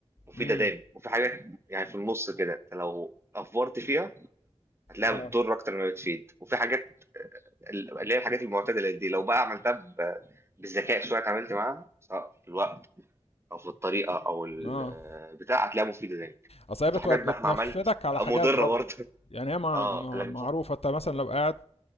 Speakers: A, on the right; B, on the left.
A: مفيده
B: امم
A: دايما وفي حاجات يعني في النص كده انت لو افورت فيها هتلاقيها
B: اه
A: بتضر اكتر ما بتفيد وفي حاجات ال- اللي هي الحاجات المعتدله دي لو بقى عملتها ب- بالذكاء شويه اتعاملت معاها سواء في الوقت او في الطريقه او البتاع
B: اه
A: هتلاقيها مفيده دايما
B: اصل
A: يعني
B: هي بت-
A: في حاجات
B: بتنفذك
A: بقى ما عملت
B: على
A: آه،
B: حاجات
A: مضره
B: برضه
A: برضه <laughs>
B: يعني هي مع...
A: اه
B: مع...
A: لكن
B: معروفه
A: صح
B: انت مثلا لو قاعد